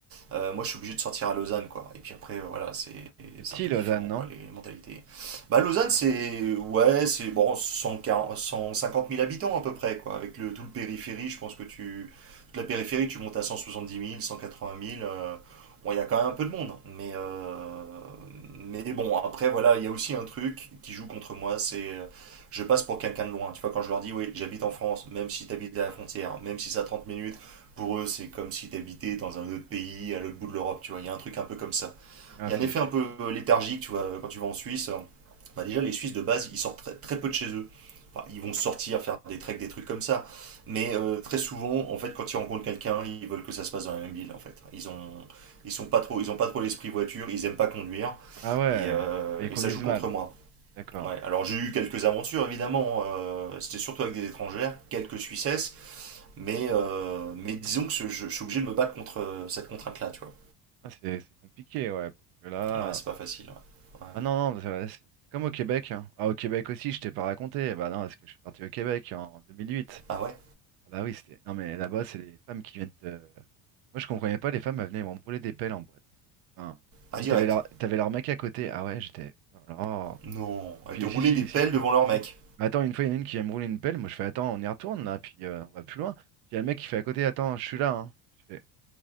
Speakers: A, on the right; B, on the right.
A: Euh, moi, je suis obligé de sortir à Lausanne, quoi. Et puis après, euh, voilà, c'est
B: C'est
A: c'est
B: petit,
A: un peu
B: Lausanne,
A: différent,
B: non?
A: quoi, les mentalités. Bah, Lausanne, c'est, ouais, c'est, bon, 140 150 000 habitants à peu près, quoi. Avec le, tout le périphérie, je pense que tu, toute la périphérie, tu montes à 170 000, 180 000. euh, bon, il y a quand même un peu de monde. Mais, euh, mais bon, après, voilà, il y a aussi un truc qui joue contre moi, c'est, euh, je passe pour quelqu'un de loin. Tu vois, quand je leur dis, oui, j'habite en France, même si tu habites à la frontière, même si c'est à 30 minutes, pour eux, c'est comme si tu habitais dans un autre pays, à l'autre bout de l'Europe, tu vois. Il y a un truc un peu comme ça.
B: Ah,
A: Il y
B: c'est...
A: a un effet un peu euh, léthargique, tu vois, quand tu vas en Suisse. euh, Bah déjà, les Suisses, de base, ils sortent très, très peu de chez eux. Enfin, ils vont sortir, faire des treks, des trucs comme ça. Mais euh, très souvent, en fait, quand ils rencontrent quelqu'un, ils veulent que ça se passe dans la même ville, en fait. Ils ont, ils sont pas trop, ils ont pas trop l'esprit voiture, ils aiment pas conduire,
B: ah ouais,
A: et, euh,
B: bah, ils conduisent
A: et ça joue contre
B: mal.
A: moi.
B: D'accord.
A: Ouais. Alors j'ai eu quelques aventures, évidemment. hein. euh, c'était surtout avec des étrangères, quelques Suissesses. Mais, euh, mais disons que je, je suis obligé de me battre contre euh, cette contrainte-là, tu vois.
B: Ah, c'est c'est compliqué, ouais, parce que là...
A: Ouais, c'est pas facile. ouais. Ouais.
B: Ah non, non, c'est c'est comme au Québec. hein. Ah, au Québec aussi, je t'ai pas raconté. Ah Bah non, parce que je suis parti au Québec en deux mille huit,
A: Ah ouais?
B: Ah bah oui, c'était... Non, mais là-bas, c'est les femmes qui viennent te... Moi, je comprenais pas, les femmes, elles venaient m'embrouler des pelles en boîte. Enfin,
A: Ah,
B: Puis
A: direct.
B: t'avais leur... t'avais leur mec à côté. Ah ouais, j'étais... Oh là là.
A: Non, elle
B: Puis
A: te roulait
B: si, si,
A: des pelles
B: si, si,
A: devant leur
B: si, si.
A: mec.
B: Mais attends, une fois, il y en a une qui vient me rouler une pelle. Moi, je fais, attends, on y retourne, là, puis euh, on va plus loin. Puis il y a le mec qui fait à côté, attends, je suis là, hein. Je fais,